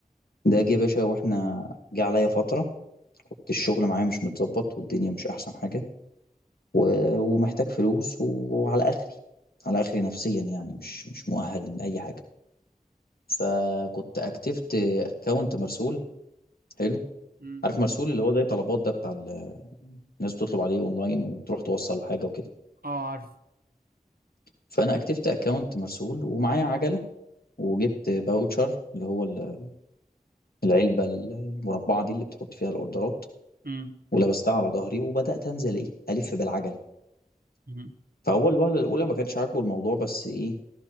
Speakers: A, on the left (about 80°); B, on the right (about 75°).
A: ده جه
B: م-
A: يا باشا واحنا جه عليا فترة كنت الشغل معايا مش متظبط والدنيا مش أحسن حاجة و... ومحتاج فلوس وعلى آخري على آخري نفسيا يعني مش مش مؤهل لأي حاجة فكنت أكتفت أكونت مرسول حلو
B: م-
A: عارف مرسول اللي هو زي طلبات ده بتاع ال- الناس بتطلب عليه أونلاين وتروح توصل حاجة وكده
B: اه عارف
A: فأنا أكتفت أكونت مرسول ومعايا عجلة وجبت باوتشر اللي هو ال- العلبة المربعة دي اللي بتحط فيها الأوردرات
B: امم
A: ولبستها على ظهري وبدأت أنزل إيه ألف بالعجلة
B: امم
A: فهو الوهلة الأولى ما كانش عاجبه الموضوع بس إيه